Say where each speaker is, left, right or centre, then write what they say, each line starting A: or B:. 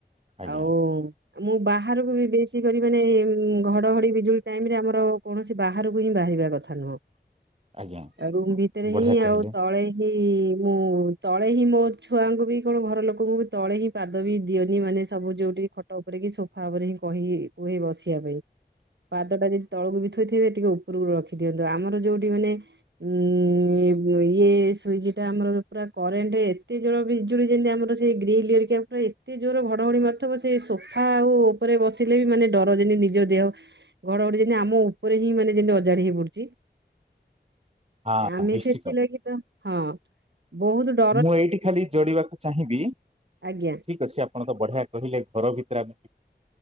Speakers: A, on the right; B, on the right.
A: ଆଜ୍ଞା
B: ଆଉ ମୁଁ ବାହାରକୁ ବି ବେଶୀ କରି ମାନେ ଘଡ଼ଘଡ଼ି ବିଜୁଳି ଟାଇମରେ ଆମର କୌଣସି ବାହାରକୁ ହିଁ ବାହାରିବା କଥା ନୁହଁ
A: ଆଜ୍ଞା
B: ଆ ରୁମ୍ ଭିତେରେ
A: ବଢିଆ
B: ହିଁ
A: କହିଲେ
B: ଆଉ ତଳେ ହି ମୁଁ ତଳେ ହିଁ ମୋ ଛୁଆଙ୍କୁ ବି କଣ ଘରଲୋକଙ୍କୁ ବି ତଳେ ହିଁ ପାଦ ବି ଦିଅନି ମାନେ ସବୁ ଯୋଉଠି ଖଟ ଉପ୍ ଉପେରେ କି ସୋଫା ଉପରେ ହିଁ କହି-କୁହେ ବସିଆ ପାଇଁ। ପାଦଟା ଯଦି ତଳକୁ ବି ଥୋ ଥୋଇଥିବେ ଟିକେ ଉପୁରକୁ ରଖି ଦିଅନ୍ତୁ ଆମର ଯୋଉଠି ମାନେ ଉଁ ଇଏ-ବ୍ ଇଏ ସୁଇଜିଟା ଆମର ପୁରା କରେଣ୍ଟ ଏତେ ଜଳ ବିଜୁଳି ଯେମିତି ଆମର ସେଇ ଗ୍ରୀଲ ହେରିକା ଆମର ଏତେ ଜୋର ଘଡ଼ଘଡ଼ି ମାରୁଥବ ସେ ସୋଫା ଆଉ ଉପରେ ବସିଲେ ବି ମାନେ ଡର ଯେମତି ନିଜ ଦେହ ଘଡଘଡି ଯେମତି ଆମ ଉପ୍ ଉପରେ ହିଁ ମାନେ ଯେମତି ଅଜାଡି ହେଇ ପଡୁଚି,
A: ହଁ,
B: ଆମେ
A: ନିଶ୍ଚିତ
B: ସେଥିଲାଗି <inaudible> ହଁ। ବହୁତ୍ ଡ
A: ମୁଁ ଏଇଠି ଖାଲି ଯୋଡିବାକୁ ଚାହିଁବି ଠିକ
B: ଆଜ୍ଞା
A: ଅଛି ଆପ୍ ପଣ ତ ବଢିଆ କହିଲେ ଘର ଭିତରେ ଆମେ